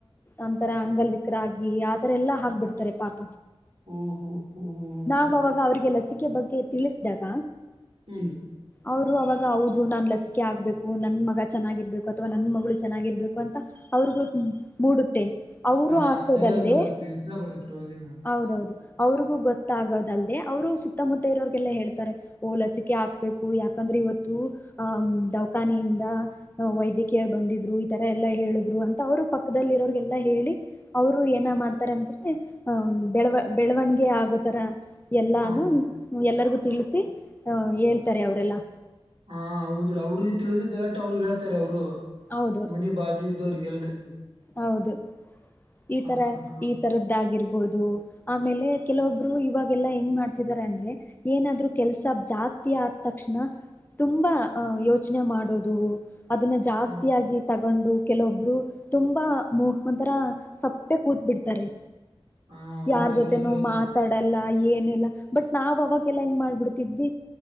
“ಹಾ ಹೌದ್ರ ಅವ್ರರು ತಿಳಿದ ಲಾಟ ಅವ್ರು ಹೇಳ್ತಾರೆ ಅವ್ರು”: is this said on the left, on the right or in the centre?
Right